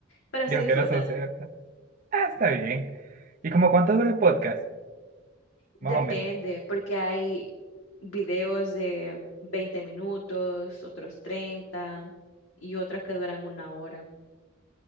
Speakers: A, on the left; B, on the right.
A: Pero
B: Y
A: se
B: aunque
A: disfrutan.
B: no son ciertas. Ah, está bien. ¿Y como cuánto dura el podcast?
A: Depende,
B: Más o menos.
A: porque hay videos de 20 minutos, otros 30 y otros que duran una hora.